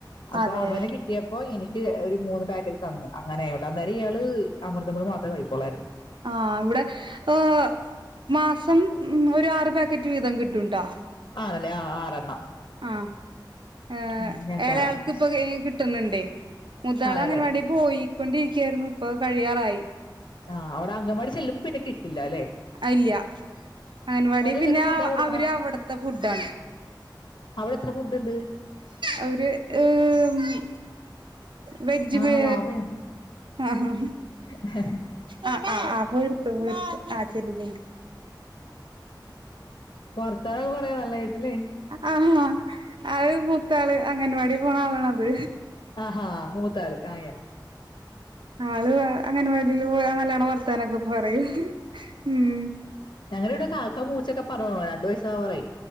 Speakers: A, on the left; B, on the right.
A: അപ്പ
B: അതെ
A: അവന് കി ട്ടിയപ്പൊ എനിക്ക് ഒരു മൂന്ന് പാക്കറ്റ് തന്നു അങ്ങനെയാട്ടോ അന്നേരം ഇയാള് അമൃതം പൊടി മാത്രേ കഴിക്കൊള്ളായിരുന്നു
B: ആഹ് ഇവിടെ ഏഹ്‌ മാസം ഒരു ആറ് പാക്കറ്റ് വീതം കിട്ടും ട്ടാ
A: ആണല്ലേ ആഹ് ആറെണ്ണം
B: ആഹ് ഏഹ്
A: ആ, ഞങ്ങൾക്കും
B: ഏളയാൾക്ക്പ്പൊ
A: ആറാ
B: ഈ കിട്ട്ണ്‌ണ്ടേ മുത്താള്
A: ആണല്ലേ
B: അംഗൻവാടി പോയിക്കൊണ്ടിരിക്കായിരുന്നു ഇപ്പൊ കഴിയാറായി
A: ആഹ് അവടെ അംഗൻ വാടി ചെല്ലുമ്പോ പിന്നെ കിട്ടില്ല ലെ?
B: അയ്ല്ല്യ അംഗൻവാടി പിന്നെ
A: എന്തൊക്കെ ഫുഡാ
B: ആഹ്
A: കൊടുക്കണം
B: അവര് അവ്ട്ത്തെ ഫുഡ് ആണ്.
A: അവടെ എത്ര ഫുഡ്ണ്ട്?
B: അവര് ഏഹ് വെജ്
A: ആ
B: വേ
A: വാവയാണ്
B: ആഹാ ഹാ.
A: <unintelligible>
B: ആഹ് ആഹ് ആഹ് പോയിട്ത്തോ പോയിട്ത്തോ ആ ചെല്ല് ചെല്ല്.
A: വർത്താനം പറയാ നല്ലെ കിട്ടു ലെ?
B: ആഹ് അത് മൂത്താള് അംഗൻവാടി പോണ ആളിണത്.
A: ആഹാ മൂത്താള് ആയാ
B: ആള് അ അംഗന വാടില് പോയാ നല്ലോണം വർത്താനൊക്കെ പറയും ഉം.
A: ഞങ്ങള് ഇവടെ കാക്കാ പൂച്ച ഒക്കെ പറ <unintelligible> രണ്ടു വയസാവാറായി